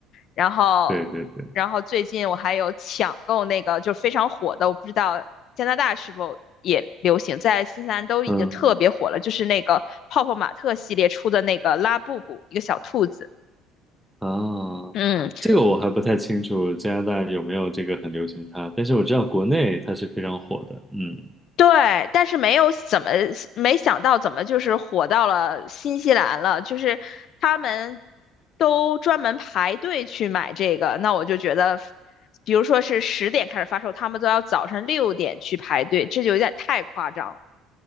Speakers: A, on the left (about 45°); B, in the centre.
A: 然后，
B: 对对对，
A: 然后最近我还有抢购那个就是非常火的，我不知道加拿大是否也流行，在新西兰都已经特别火了，
B: 嗯
A: 就是那个泡泡玛特系列出的那个拉布布，一个小兔子。
B: 啊，
A: 嗯。
B: 这个我还不太清楚加拿大有没有这个很流行它，但是我知道国内它是非常火的。嗯，
A: 对，但是没有怎么没想到怎么就是火到了新西兰了，就是他们都专门排队去买这个，那我就觉得，比如说是十点开始发售，他们都要早上六点去排队，这就有点太夸张了。